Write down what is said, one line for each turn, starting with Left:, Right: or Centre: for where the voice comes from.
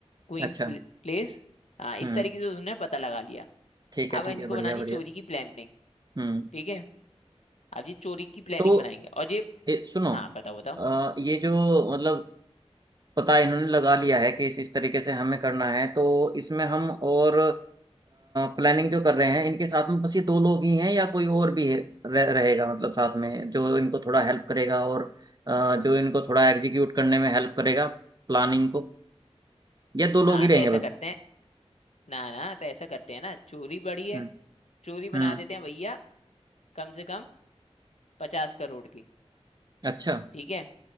Left: Queens
Right: अच्छा
Left: Place हाँ इस
Right: हम्म
Left: तरीके से उसने पता लगा लिया
Right: ठीक है
Left: अब
Right: ठीक
Left: इनको
Right: है बढ़िया
Left: बनानी
Right: बढ़िया
Left: चोरी की प्लानिंग
Right: हम्म
Left: ठीक है अब ये चोरी की प्लानिंग
Right: तो
Left: बनाएंगे और ये
Right: ए, सुनो
Left: हाँ बताओ बताओ
Right: अ, ये जो मतलब पता इन्होंने लगा लिया है कि इस इस तरीके से हमें करना है तो इसमें हम और प्लानिंग जो कर रहे हैं इनके साथ में बस ये दो लोग ही हैं या कोई और भी है, रह, रहेगा मतलब साथ में जो इनको थोड़ा हेल्प करेगा और अ, जो इनको थोड़ा एग्जीक्यूट करने में हेल्प करेगा प्लानिंग को या दो लोग
Left: हाँ
Right: ही रहेंगे
Left: तो ऐसा
Right: बस
Left: करते हैं ना ना तो ऐसा करते हैं ना चोरी बड़ी है
Right: हम्म
Left: चोरी बना
Right: हम्म
Left: देते हैं भैया कम से कम पचास करोड़ की
Right: अच्छा
Left: ठीक है